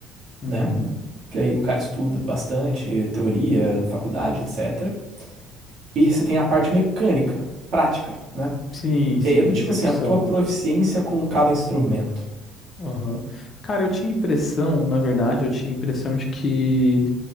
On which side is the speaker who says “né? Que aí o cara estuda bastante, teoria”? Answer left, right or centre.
Right